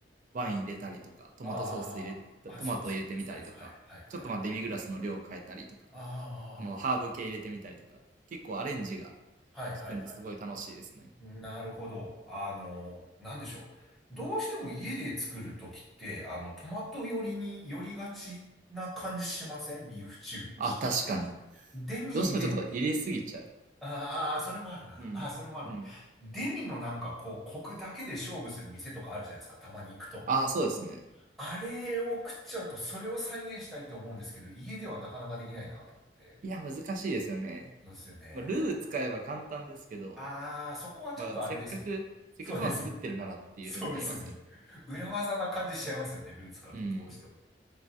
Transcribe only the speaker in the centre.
あー、あ、
そうですね。はいはいはいはいはい。
ああ
はいはいはい。
なるほど。あの、なんでしょう。どうしても家で作るときって、あの、トマト寄りに寄りがちな感じしませんビーフシチュー、
シチ
ュー。デミで
ああ、それもあるな。
ああ、それもある。
デミのなんかこう、コクだけで勝負する店とかあるじゃないですか。たまに行くと。
あれを食っちゃうと、それを再現したいと思うんですけど、家ではなかなかできないなと思って。
そうですよね。
ああ、そこはちょっとあれですよね。
そうですよね。そうですよね。裏技な感じしちゃいますよね。ルーツカーとどうしても。